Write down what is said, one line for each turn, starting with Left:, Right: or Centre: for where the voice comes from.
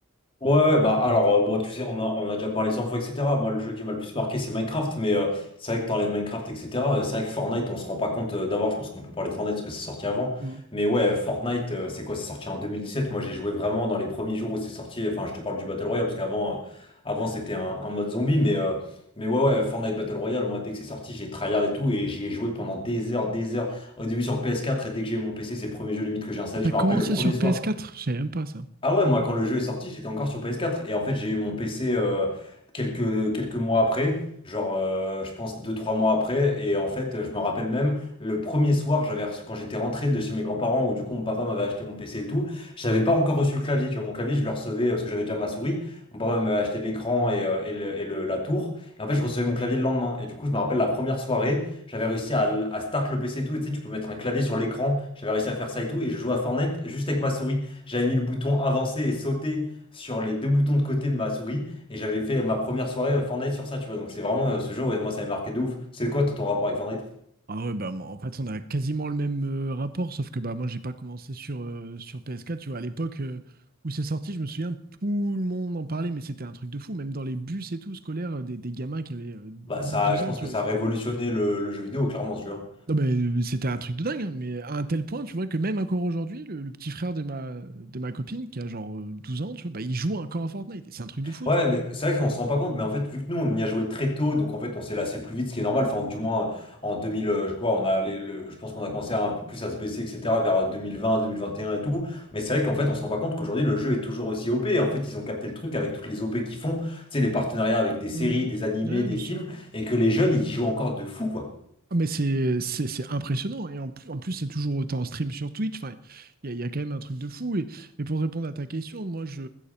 Left: Ouais, ouais, bah alors euh, bon tu sais on a, on a déjà parlé 100 fois etc. Moi le jeu qui m'a le plus marqué c'est Minecraft mais euh, c'est vrai que t'enlèves Minecraft etc. euh, c'est vrai que Fortnite on se rend pas compte euh, d'abord je pense qu'on peut parler de Fortnite parce que c'est sorti avant
Right: Mhm.
Left: mais ouais euh, Fortnite euh, c'est quoi c'est sorti en 2017 moi j'ai joué vraiment dans les premiers jours où c'est sorti enfin je te parle du Battle Royale parce qu'avant euh, avant c'était un, un mode zombie mais euh, mais ouais ouais Fortnite Battle Royale moi dès que c'est sorti j'ai tryhard et tout et j'y ai joué pendant des heures des heures au début sur PS4 et dès que j'ai eu mon PC c'est le premier jeu limite que j'ai installé
Right: T'as
Left: je me
Right: commencé
Left: rappelle le premier
Right: sur PS4?
Left: soir
Right: Je savais même pas ça.
Left: ah ouais, moi quand le jeu est sorti, j'étais encore sur PS4. Et en fait, j'ai eu mon PC euh, quelques, quelques mois après, genre euh, je pense deux trois mois après. Et en fait, euh, je me rappelle même, le premier soir, j'avais reçu- quand j'étais rentré de chez mes grands-parents, où du coup mon papa m'avait acheté mon PC et tout, j'avais pas encore reçu le clavier. Tu vois, mon clavier, je le recevais euh, parce que j'avais déjà ma souris. Mon papa m'avait acheté l'écran et, euh, et le- et le- la tour. Et en fait, je recevais mon clavier le lendemain. Et du coup, je me rappelle la première soirée, j'avais réussi à, l- à start le PC et tout. Et tu sais, tu peux mettre un clavier sur l'écran. J'avais réussi à faire ça et tout. Et je jouais à Fortnite juste avec ma souris. J'avais mis le bouton avancer et sauter sur les deux boutons de côté de ma souris et j'avais fait ma première soirée euh, Fortnite sur ça, tu vois. Donc c'est vraiment euh, ce jeu, ouais, moi ça m'a marqué de ouf. C'est quoi toi, ton rapport avec Fortnite?
Right: Ah ouais, bah, moi, en fait, on a quasiment le même euh, rapport, sauf que bah, moi, j'ai pas commencé sur, euh, sur PS4. Tu vois, à l'époque euh, où c'est sorti, je me souviens, tout le monde en parlait, mais c'était un truc de fou. Même dans les bus et tout, scolaires, euh, des, des gamins qui avaient euh, 10-12
Left: Bah ça, je
Right: ans,
Left: pense
Right: tu
Left: que
Right: vois,
Left: ça
Right: c'était.
Left: a révolutionné le, le jeu vidéo, clairement, ce jeu. hein.
Right: Non, mais euh, c'était un truc de dingue, hein, mais à un tel point, tu vois, que même encore aujourd'hui, le, le petit frère de ma, de ma copine, qui a genre euh, 12 ans, tu vois, bah, il joue encore à Fortnite. Et c'est un truc de fou,
Left: Ouais,
Right: tu vois.
Left: mais c'est vrai qu'on se rend pas compte, mais en fait, vu que nous, on y a joué très tôt, donc en fait, on s'est lassé plus vite, ce qui est normal. Enfin, ou du moins, en 2000, euh, je crois, on a les- le, je pense qu'on a commencé à un peu plus à se baisser, etc., vers 2020, 2021 et un et tout. Mais c'est vrai qu'en fait, on se rend pas compte qu'aujourd'hui, le jeu est toujours aussi OP. En fait, ils ont capté le truc avec toutes les OP qu'ils font, tu sais, les partenariats avec des séries,
Right: Hmm.
Left: des animés,
Right: Ouais,
Left: des
Right: bien sûr.
Left: films, et que les jeunes, ils jouent encore de fou, quoi.
Right: Ah, Mais c'est c'est- c'est impressionnant. Et en, plus, en plus, c'est toujours autant en stream sur Twitch. Enfin, il y a, il y a quand même un truc de fou. Et, et pour répondre à ta question, moi, je,